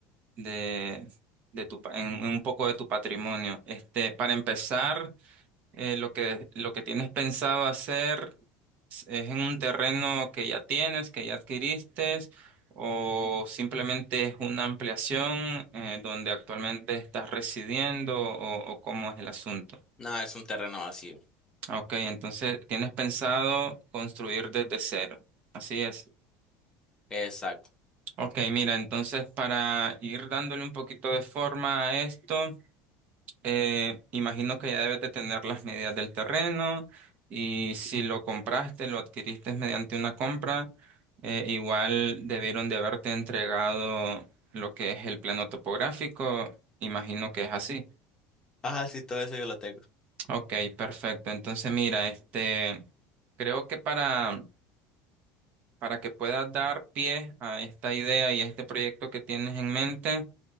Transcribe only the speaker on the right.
de, de tu, pa- en, en un poco de tu patrimonio. Este, para empezar, eh, lo que, lo que tienes pensado hacer es es en un terreno que ya tienes, que ya adquiriste, o simplemente es una ampliación eh, donde actualmente estás residiendo o, o cómo es el asunto.
Ah, Ok, entonces tienes pensado construir desde cero. Así es.
Ok, mira, entonces para ir dándole un poquito de forma a esto. Eh, imagino que ya debes de tener las medidas del terreno y si lo compraste, lo adquiriste mediante una compra, eh, igual debieron de haberte entregado lo que es el plano topográfico. Imagino que es así.
Ok, perfecto. Entonces, mira, este, creo que para, para que puedas dar pie a esta idea y a este proyecto que tienes en mente,